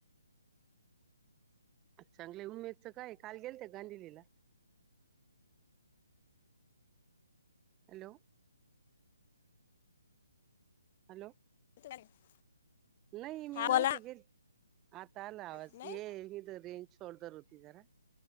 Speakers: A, on the right; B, on the left.
A: चांगलंय उमेदचं काय काल गेलत गांधिजीला? हॅलो. हॅलो.
B: <inaudible>
A: नाही मी
B: हा बोला
A: नव्हती गे आता आला आवाज
B: नाही
A: ये इथं रेंज सोड धर होती जरा.